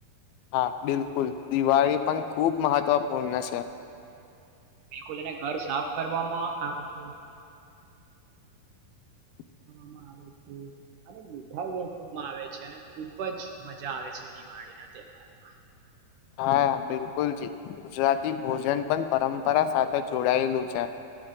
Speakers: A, on the left; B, on the right.
A: હા બિલકુલ દિવાળી પણ ખૂબ મહત્વપૂર્ણ છે.
B: બિલકુલ એને ઘર સાફ કરવામાં આવે છે.
A: <inaudible>
B: આવે અને મીઠાઈ વેચવામાં આવે છે અને ખુબજ મજા આવે છે દિવા ના તહેવાર મા.
A: <inaudible> હા બિલકુલ જી ગુજરાતી ભોજન પણ પરંપરા સાથે જોડાયેલું છે.